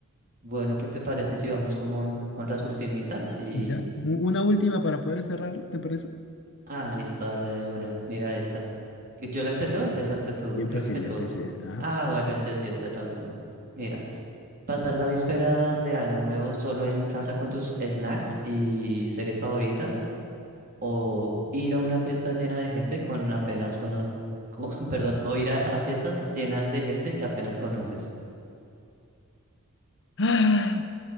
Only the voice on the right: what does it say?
Bueno, ¿qué te parece si vamos como con las ultimitas? Y...
Ah, listo, dale de una, mira esta. ¿Que ¿Yo la empecé o empezaste tú?
Creo que
yo...
Ah, bueno, entonces sí, esta es la última. Mira. Pasar la víspera de Año Nuevo solo en casa con tus snacks y series favoritas, o ir a una fiesta llena de gente con apenas cono con- <laughs> perdón, o ir a, a fiestas llenas de gente que apenas conoces.